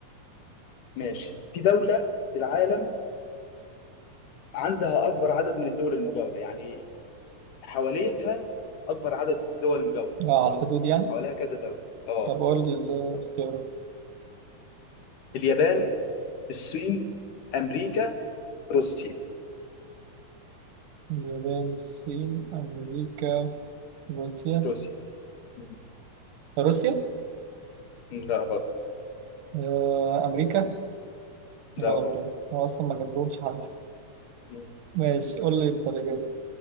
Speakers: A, on the left; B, on the right.
A: ماشي في دولة في العالم عندها أكبر عدد من الدول المجاورة يعني حواليها أكبر عدد دول مجاورة
B: اه على الحدود يعني
A: حواليها كذا دولة اه
B: طب قول لي الاختيارات
A: اليابان الصين أمريكا روسيا
B: اليابان الصين امريكا روسيا
A: روسيا مم.
B: روسيا
A: لا غلط
B: آه، امريكا
A: لا
B: غلط
A: غلط
B: بقى هو أصلا ما جابلهمش حد
A: مم.
B: ماشي قول لي أنت اللي جاب